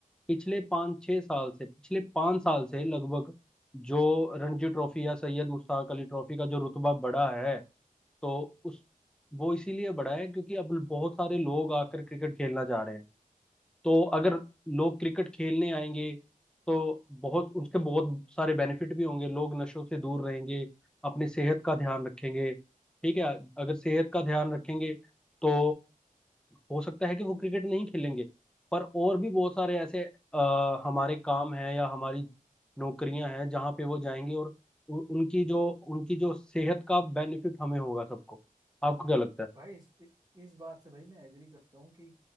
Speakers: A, in the centre; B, on the right.
A: पिछले पाँच छह साल से पिछले पाँच साल से लगभग जो रणजी ट्रॉफी या सैयद मुश्ताक अली ट्रॉफी का जो रुतबा बढ़ा है तो उस वो इसीलिए बढ़ा है क्योंकि अब बहुत सारे लोग आकर क्रिकेट खेलना चाह रहे हैं तो अगर लोग क्रिकेट खेलने आएंगे तो बहुत उसके बहुत सारे बेनिफिट भी होंगे लोग नशों से दूर रहेंगे अपनी सेहत का ध्यान रखेंगे ठीक है अगर सेहत का ध्यान रखेंगे तो हो सकता है कि वो क्रिकेट नहीं खेलेंगे पर और भी बहुत सारे ऐसे आ, हमारे काम हैं या हमारी नौकरियां हैं जहां पे वो जाएंगे और उ, उनकी जो उनकी जो सेहत का बेनिफिट हमें होगा सबको आपको क्या लगता है
B: भाई इस इ- इस बात से भाई मैं एग्री करता हूँ कि